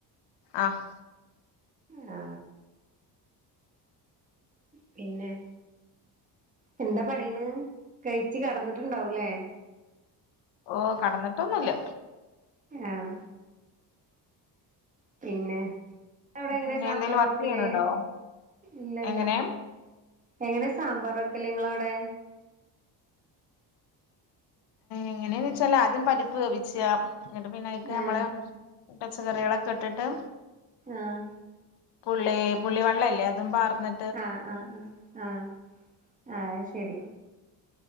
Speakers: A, on the left; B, on the right.
A: ആഹ്
B: ആഹ്. പിന്നെ? എന്താ പണീന്ന്. കെയ്ച്ച് കട്ന്ന്ട്ട്ണ്ടാവൂല്ലേ?
A: ഓ കടന്ന്ട്ടൊന്നൂല്ല.
B: ആഹ് പിന്നെ? വ്ടെ എങ്ങനെ
A: പിന്നെ
B: സാമ്പാർ
A: എന്തേലും വർക്ക്
B: വെക്കല്.
A: ചെയ്യണുണ്ടോ
B: ഇല്ലല്ല.
A: എങ്ങനെ
B: എങ്ങനെ സാമ്പാറ് വെക്കല് ങ്ങള അവ്ടെ?
A: എങ്ങനെന്ന് വെച്ചാല് ആദ്യം പരിപ്പ് വേവിച്ചാ. ങ്ങട്ട് പിന്നെ അയക്ക്
B: ആ
A: നമ്മളെ... പച്ചക്കറികളൊക്കെ ഇട്ടിട്ട്
B: ആഹ്
A: പുള്ളേ പുള്ളിവള്ളല്ലേ അതും പാർന്ന്
B: ആഹ ആഹ് ആ ആഹ ആ അഹ് ശരി.